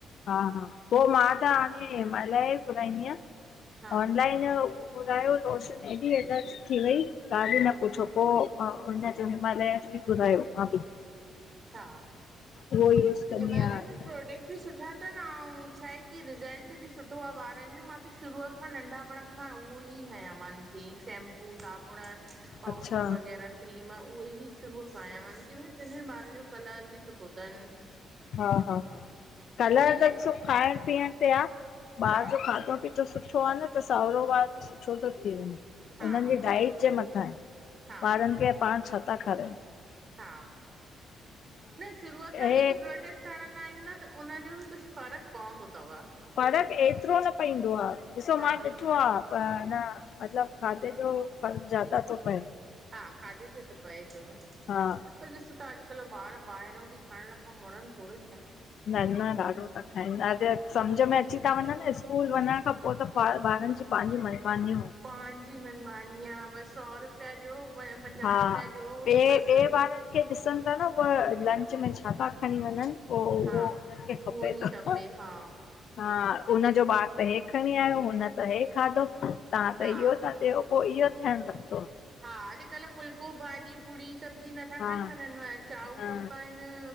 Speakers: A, on the left; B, on the right.
A: हा हा, पो मां त हाणे हिमाल्या जो ई घुराईंदीयां।
B: हा
A: ऑन लाइन जो हू, घुरायो लोशन, एॾी एलर्जी थी वई, ॻाल्ह ई न पुछो, पो हुनजो हिमल्या जो ही घुरायो, मां बि।
B: सा
A: उहो यूस कंदी
B: हिमालय
A: आहियां
B: में प्रोडक्ट बि सुठा तन, अऊं छाहे की रिज़ल्ट बि सुठो आ ॿारनि जो मां त शुरू खां नंढापण खां उहो ई हयां मान थी सेंम् पू, साबुण, पाउडर
A: अच्छा
B: वगैरा। क्रीम उहे ई शुरूअ खां हयां ती मान, तॾहिं टिनी ॿारनि जो कलर बि सुठो तनिव
A: हा हा, कलर
B: ईअं ई
A: त
B: आहे
A: ॾिसो
B: की
A: खाइण पीअण ते आ, ॿार
B: हा
A: जो खाधो पीतो तो सुठो आ न, त सांवरो ॿार बि सुठो थो थी वञे,
B: हा
A: हुंननि जी डाइट जे मथां आहे।
B: हा
A: ॿारनि खे पाण छा था खारायो?
B: हा, न शुरूअ खां
A: हे
B: हिकु प्रोडक्ट हणंदा आहियूं न त उन जो बि कुछ फ़र्क पवंदो तव।
A: फ़र्क एतिरो न पइंदो आ, ॾिसो
B: हा
A: मां ॾिठो आ प न मतिलब खाधे जो फ़र्क ज्यादा तो पये।
B: हा खाधे जो त पए तो।
A: हा,
B: पर ॾिस त अॼुकल्ह ॿार ॿाहिरों बि खाइण खां मुणनि थोड़ेइ ता।
A: न न ॾाढो खाइंदा सें समझ में अची था वञनि स्कूल वञण खां पो त ॿ ॿारनि जी पाहिंजी मनमानीयूं
B: पंहिंजी मनमानी आ, बसि सौ रुपिया ॾियो प पंजाहु
A: हा
B: रुपिया ॾियो
A: ॿिए
B: बसि।
A: ॿिए ॿारनि खे ॾिसनि था न उहा लंच में छा था खणी वञनि पोइ
B: हा
A: उहो
B: उहो
A: खपे
B: ई
A: थो।
B: खपे हा
A: हा हुनजो ॿारु त हे खणी आयो, हुन त हे खाधो, तां त
B: हा
A: इहो था ॾियो। पोइ इहो थियण लॻदो।
B: हा अॼुकल्ह फुल्को भाॼी पूड़ी सब्जी नथा
A: हा
B: खणी वञनव, चाऊ
A: हा
B: खपनि